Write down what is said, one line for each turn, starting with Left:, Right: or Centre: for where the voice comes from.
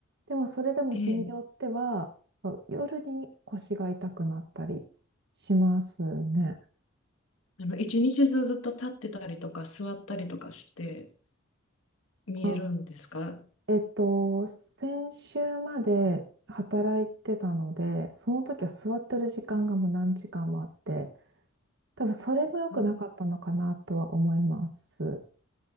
Right: でもそれでも日によってはまあ夜に腰が痛くなったりしますね。
Left: ええ、あの、一日中ずっと立ってたりとか、座ったりとかして見えるんですか
Right: あ、えっと、先週まで働いてたので、その時は座ってる時間がもう何時間もあって、多分それも良くなかったのかなとは思います。
Left: あ、